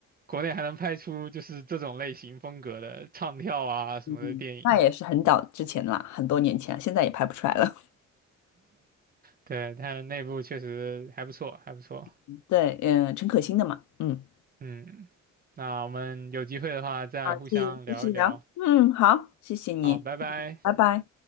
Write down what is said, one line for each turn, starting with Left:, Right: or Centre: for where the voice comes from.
Right: 国内还能拍出就是这种类型风格的唱跳啊什么的电影，
Left: 嗯，那也是很早之前啦，很多年前，现在也拍不出来了。
Right: 对，但是那部确实还不错，还不错，
Left: <laughs> 对，嗯，陈可辛的嘛，嗯，
Right: 嗯，那我们有机会的话再互相聊一聊，
Left: 好，继继续聊，嗯，好，谢谢你，
Right: 好，拜拜。
Left: 拜拜。